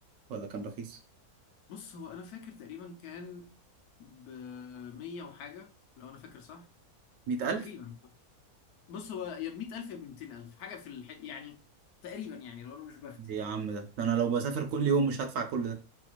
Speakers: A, on the right (about 70°); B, on the left (about 85°).
A: ولا كان رخيص
B: بص هو انا فاكر تقريبا كان ب 100 وحاجة لو انا فاكر صح
A: 100000
B: تقريبا بص هو يا ب 100000 يا ب 200000 حاجة في الح... يعني تقريبا يعني لو انا مش بفتي
A: إيه يا عم ده ده انا لو بسافر كل يوم مش هدفع كل ده